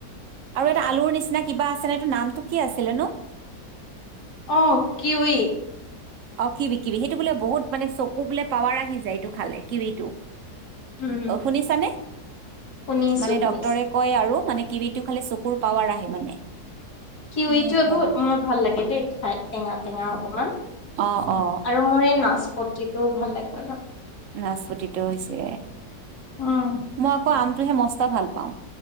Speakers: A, on the right; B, on the left.
A: আৰু এটা আলুৰ নিচিনা কিবা আছে ন এইটো নামটো কি আছিলে নো?
B: অঁ কিৱি।
A: অ কিৱি কিৱি সেইটো বোলে বহুত মানে চকু বোলে পাৱাৰ আহি যায় এইটো খালে কিৱিটো।
B: উম,
A: অ শুনিছানে,
B: শুনিছো
A: মানে
B: শুনিছো।
A: ডক্তৰে কয় আৰু মানে কিৱিটো খালে চকুৰ পাৱাৰ আহে মানে।
B: কিৱিটো
A: এ
B: আকৌ
A: সেয়া
B: মোৰ ভাল লাগে দেই খাই টেঙা-টেঙা অকমান।
A: অ অ
B: আৰু মোৰ এই নাচপতিটোও ভাল লাগে অলপ।
A: নাচপতিটো হৈছে
B: উম,
A: মই আকৌ আমটোহে মস্ত ভাল পাওঁ।